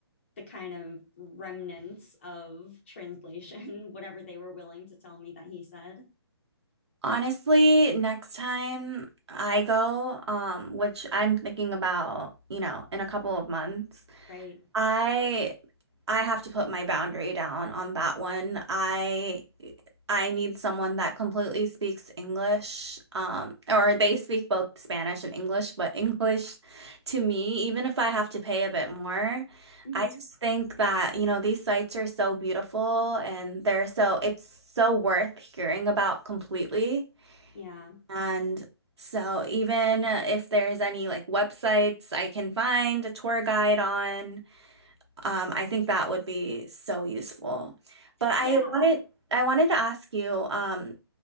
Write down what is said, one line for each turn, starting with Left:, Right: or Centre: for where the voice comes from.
Left: the kind of remnants of translation <laughs> whatever they were willing to tell me that he said
Right: Honestly, next time I go, um, which I'm thinking about, you know, in a couple of months,
Left: right
Right: I I have to put my boundary down on that one. I I need someone that completely speaks English, um, or they speak both Spanish and English, but <laughs> English to me, even if I have to pay a bit more,
Left: mm-hmm.
Right: I just think that, you know, these sites are so beautiful and they're so it's so worth hearing about completely.
Left: yeah
Right: And so even if there's any like websites I can find a tour guide on, um, I think that would be so useful. But I
Left: yeah
Right: wanted I wanted to ask you, um,